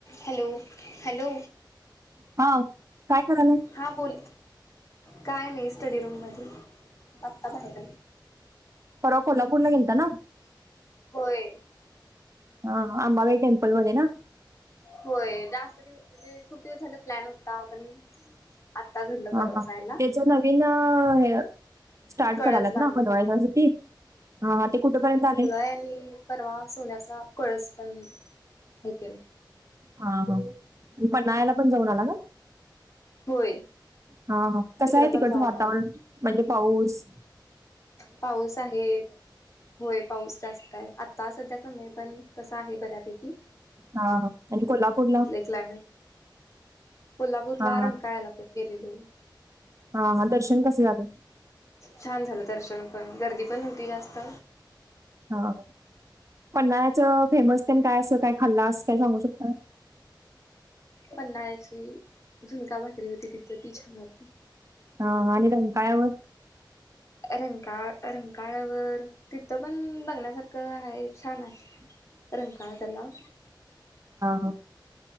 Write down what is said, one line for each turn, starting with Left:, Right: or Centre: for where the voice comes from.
Left: हॅलो हॅलो
Right: हा काय करायलाय
Left: हा बोल काय नाही स्टडी रूममध्ये वाघता बाहेर
Right: पर कोल्हापूरला गेलता ना
Left: होय
Right: हा अंबाबाई टेम्पलमध्येध्ये ना
Left: होय जास्त दिव म्हणजे खूप दिवस झालं प्लॅन होता पण आत्ता घडलं
Right: ह
Left: परवा
Right: हा
Left: जायला
Right: त्याच नवीन हे स्टार्ट
Left: कळस
Right: करालात
Left: बांध
Right: ना हलवाई जाण्यासाठी हा ते कुठेपर्यंत आले
Left: त्यानी परवा स होण्याचा कळस पण हे केलं
Right: हा हा पननायला पण जाऊन आला ग
Left: होय
Right: हा कस
Left: तिकडं
Right: आहे तिकडचं
Left: पण जाऊन
Right: वातावरण
Left: आलो
Right: म्हणजे पाऊस
Left: पाऊस आहे होय पाऊस जास्त आहे आता सध्या कमी आहे पण तसं आहे बऱ्यापैकी
Right: हा ह आणि कोल्हापूर ला
Left: असला कोल्हापूरला
Right: हा हा
Left: रंगकाळायला गेलेलो
Right: हा हा दर्शन कसं झालं
Left: छान झालं दर्शन पण गर्दी पण नव्हती जास्त
Right: हा पन्नाळ्याच फेमस ते काय असं काय खाल्ला असं काय सांगू शकता
Left: पन्हाळ्याची झुणका भाकरी होती तिथं ती छान होती
Right: हाा आणि त्यां कायवर
Left: रंगकाळ रंगकाळ्यावर तिथं पण बघण्यासारखं आहे छान आहे
Right: ह
Left: रंकाळा तलाव.
Right: हा